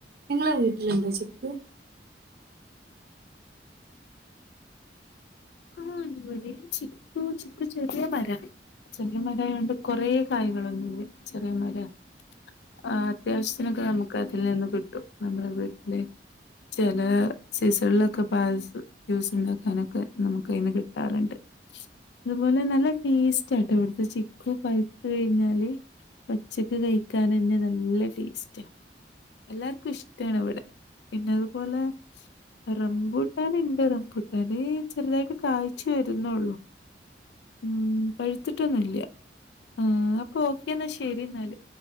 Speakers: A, on the right; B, on the left.
A: നിങ്ങളെ വീട്ടിലുണ്ടോ ചക്ക്
B: <unintelligible> ചിക്കു ചുക്ക് ചെ ചെറിയ മര ചെറിയ മരായൊണ്ട് കൊറെേ കായകളൊന്നുല്ല്യ ചെറിയ മരാ ആ അത്യാവശ് ത്തിനൊക്കെ നമുക്ക് അതിൽ നിന്ന് കി ട്ടും നമ്മളെ വീട്ടില് ചെല സീസണിലൊക്കെ <unintelligible> ജ്യൂസ് ഉണ്ടാക്കാനൊക്കെ നമു ക്കൈന്ന് കിട്ടാറുണ്ട് അതുപോലെ നല്ല ടേസ്റ്റ് ആട്ടോ ഇവിടുത്തെ ചിക്കു പഴുത്ത് കഴിഞ്ഞാല് പച്ചക്ക് കഴിക്കാനെന്നെ നല്ല ടേസ്റ്റാ എല്ലാർക്കും ഇഷ്ടാണ് ഇവിടെ പിന്നെ അതുപോലെ റംപൂട്ടാന്ണ്ട് റംപൂട്ടാന് ചെറുതായി കായ്ച്ച് വരുന്നുള്ളൂ ഉം പഴുത്തിട്ടൊന്നും ല്ല്യ ആ അപ്പൊ ഓക്കെ എന്നാ ശരി ഇന്നാല്